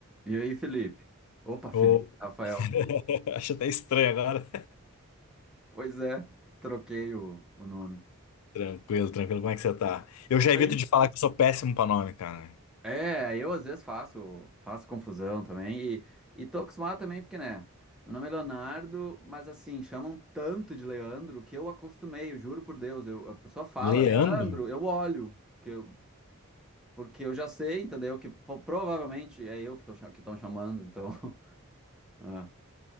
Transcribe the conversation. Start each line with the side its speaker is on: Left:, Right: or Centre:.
Centre: E aí, Felipe? Opa, Felipe,
Left: Ô,
Centre: Rafael.
Left: <laughs> Acho até estranho agora.
Centre: Pois é, troquei o, o nome.
Left: <laughs> Tranquilo, tranquilo. Como é que você tá? Eu
Centre: Tô
Left: já
Centre: bem.
Left: evito de falar que eu sou péssimo pra nome, cara.
Centre: É, eu às vezes faço, faço confusão também e, e tô acostumado também porque, né, meu nome é Leonardo, mas assim, chamam tanto de Leandro que eu acostumei, eu juro por Deus, eu, a pessoa fala,
Left: Leandro?
Centre: Leandro, eu olho, porque eu, porque eu já sei, entendeu, que po- provavelmente é eu que tô, cha- que estão chamando, então, <laughs> é.